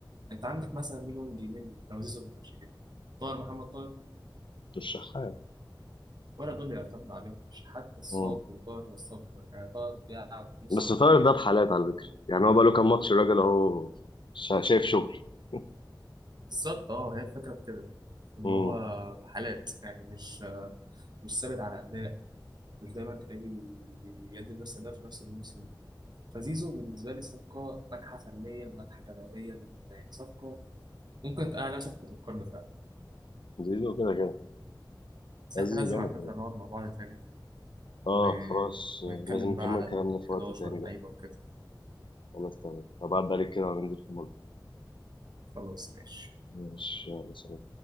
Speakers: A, on the right; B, on the left.
A: انت عندك مثلا مين وينج يمين لو زيزو ما كانش جه طاهر محمد طاهر
B: مش شحات
A: ولا دول يعتمد عليهم شحات نصاب
B: مم.
A: وطاهر نصاب كمان. يعني طاهر بيلعب موسم
B: بس طارق
A: كله
B: ده بحالات
A: كده
B: على فكره يعني هو بقى له كام ماتش الراجل اهو شا- شايف شغل <laughs>
A: بالظبط اه هي الفكره في كده ان
B: امم
A: هو حالات يعني مش مش ثابت على اداء مش دايما تلاقيه بي- بيدي نفس الاداء في نفس الموسم فزيزو بالنسبه لي صفقه ناجحه فنيا ناجحه جماهيريا يعني صفقه ممكن تقال عليها صفقه القرن فعلا
B: زيزو كده كده
A: بس احنا
B: زيزو
A: لازم
B: جامد
A: على فكره نقعد مع بعض تاني
B: اه
A: و...
B: خلاص آه،
A: ونتكلم
B: لازم نكمل
A: بقى على ال
B: كلامنا في
A: 11
B: وقت تاني
A: لعيبه
B: بقى
A: وكده
B: خلاص تمام هبعد عليك كده وننزل في مرة
A: خلاص ماشي
B: مش مثلا